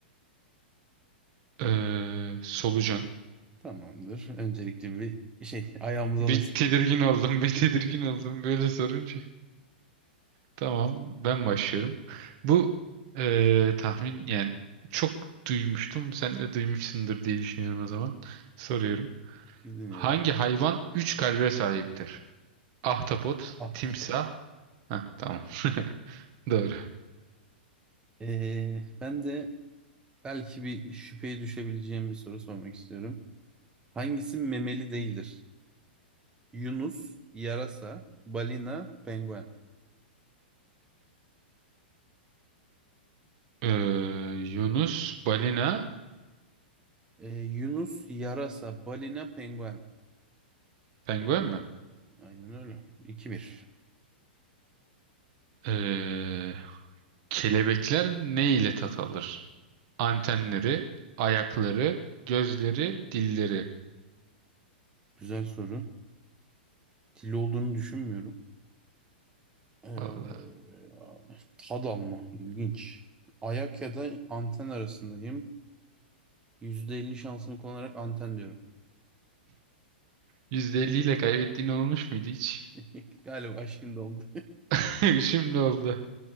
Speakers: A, on the right; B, on the right.
A: Ee, solucan.
B: Tamamdır. Öncelikle bir şey ayağımıza
A: Bir
B: alışsın.
A: tedirgin oldum, <laughs> bir tedirgin
B: <laughs>
A: oldum böyle sorunca. Tamam, ben başlıyorum. Bu ee, tahmin yani çok duymuştum. Sen de duymuşsundur diye düşünüyorum o zaman. Soruyorum.
B: Dinliyorum.
A: Hangi hayvan üç kalbe sahiptir? Ahtapot,
B: Ahtapot.
A: timsah. Heh, tamam. <laughs> Doğru.
B: Ee, ben de belki bir şüpheye düşebileceğim bir soru sormak istiyorum. Hangisi memeli değildir? Yunus, yarasa, balina, penguen.
A: Ee, Yunus, balina,
B: Ee, Yunus yarasa, balina, penguen.
A: penguen mi?
B: Aynen öyle. 2 bir.
A: Ee, kelebekler ne ile tat alır? Antenleri, ayakları, gözleri, dilleri.
B: Güzel soru. Dil olduğunu düşünmüyorum. Ee,
A: Vallahi.
B: tad alma. İlginç. Ayak ya da anten arasındayım. %50 şansımı kullanarak anten diyorum.
A: yüzde elli ile kaybettiğin olmuş muydu hiç?
B: <laughs> Galiba şimdi oldu.
A: <laughs> Şimdi oldu.